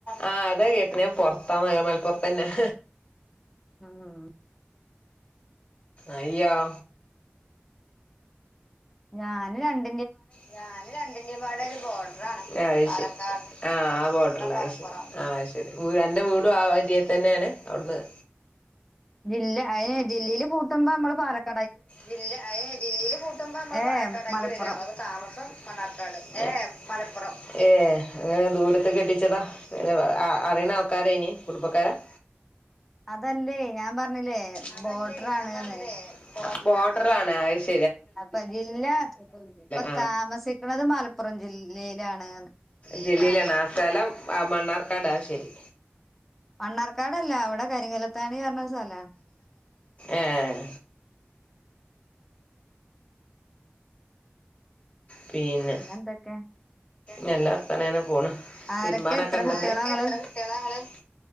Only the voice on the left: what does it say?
ആഹ് അതാ കേട്ടന പുറത്താന്ന മലപ്പുറത്തന്നെ-
അയ്യോ-
ഞൻ രണ്ടിന്റെപാട ഒരു ബോർഡറണ് പാലക്കാട് മലപ്പുറം ആഹ് ആ ബോഡർ അത് ശരി അത് ശരി രണ്ട് വീടും ആ ഏരിയേ തന്നെയാണ് അവിടുന്ന്-
ജില്ല ജില്ലിയിൽ കൂട്ടുമ്പോ നമ്മള്
പാലക്കാടായിട്ട്
വരു അപ്പൊ താമസം മണ്ണാർക്കാട്- ഏഹ് മലപ്പ് പ്പുറം ഏ അങ്ങനെ ദൂരത്ത് കെട്ടിച്ചതാ അറിയണ ആൾക്കാരേനി കുടുംബക്കാരാ-
അതല്ലേ
ഞാൻ പറഞ്ഞില്ലേ ബോ ബോട്റ് മാണെ അത്ശെ
ആ
ജില്ലിലാണ്, സ്ഥലം മണ്ണാർക്കാടാ ശെരി
ഏഹ് പിന്നെ
നല്ലർത്താനം ഇങ്ങനെ പോണ്
തിരുമ്പാനൊക്കെണ്ടന്ന്
ആരൊക്കെ,
എത്ര കുട്യോളാങ്ങള്,